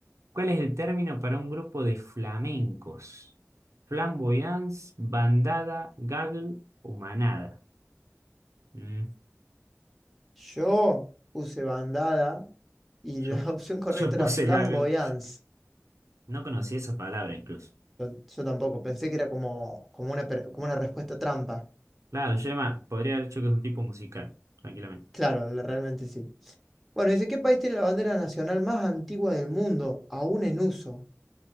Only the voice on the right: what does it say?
¿Cuál es el término para un grupo de flamencos? Flamboyance, bandada, gaggle o manada. Mm,
yo,
Yo <laughs> puse
gaggle. No conocí esa palabra incluso.
Claro, yo llama- podría haber dicho que es un tipo musical, tranquilamente.